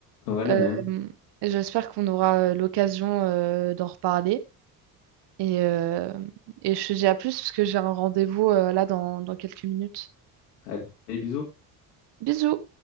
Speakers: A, on the left (about 80°); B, on the right (about 60°).
A: Ouais, la
B: Euh,
A: même.
B: et j'espère qu'on aura euh, l'occasion euh, d'en reparler. Et, euh, et je te dis à plus parce que j'ai un rendez-vous euh, là dans, dans quelques minutes.
A: Allez, bisous.
B: Bisous!